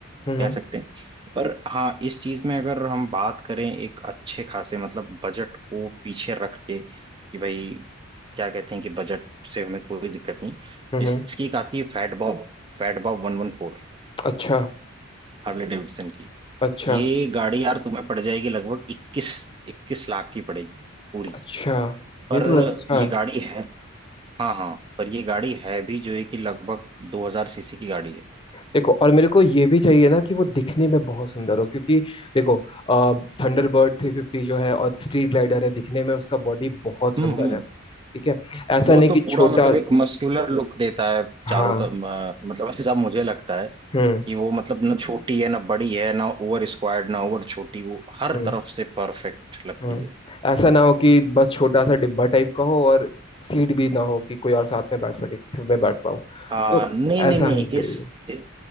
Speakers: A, on the left (about 25°); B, on the right (about 25°).
A: हम्म
B: कह सकते हैं पर हाँ इस चीज में अगर हम बात करें एक अच्छे खासे मतलब बजट को पीछे रख के कि भाई क्या कहते हैं कि बजट से हमें कोई दिक्कत नहीं तो
A: हम्म
B: इसकी एक आती है Fat Bob Fat Bob वन वन फोर
A: अच्छा
B: Harley Davidson की
A: अच्छा
B: ये गाड़ी यार तुम्हें पड़ जाएगी लगभग इक्कीस इक्कीस लाख की पड़ेगी पूरी
A: अच्छा
B: पर
A: ये तो अच्छा
B: ये
A: है
B: गाड़ी है हाँ हाँ पर ये गाड़ी है भी जो है कि लगभग दो हजार सीसी की गाड़ी है
A: देखो और मेरे को ये भी चाहिए ना कि वो दिखने में बहुत सुंदर हो क्योंकि देखो थंडरबर्ड थ्री फिफ्टी जो है और स्ट्रीट ग्लाइडर है दिखने में उसका बॉडी बहुत
B: हम्म
A: सुंदर
B: हम्म
A: है ठीक है ऐसा
B: वो
A: नहीं
B: तो
A: कि
B: पूरा
A: छोटा
B: मतलब एक मस्कुलर लुक देता है
A: हाँ
B: चारों तरफ म- मतलब ऐसा मुझे लगता है
A: हम्म
B: कि वो मतलब ना छोटी है ना बड़ी है ना ओवर स्क्वायर्ड ना ओवर छोटी वो हर
A: हम्म
B: तरफ से परफेक्ट लगती
A: हम्म
B: है
A: ऐसा ना हो कि बस छोटा सा डिब्बा टाइप का हो और सीट भी ना हो कि कोई और साथ में बैठ सके कि मैं बैठ पाऊँ
B: हाँ
A: तो
B: नहीं
A: ऐसा
B: नहीं नहीं
A: नहीं चाहिए
B: इस
A: हो।
B: इ-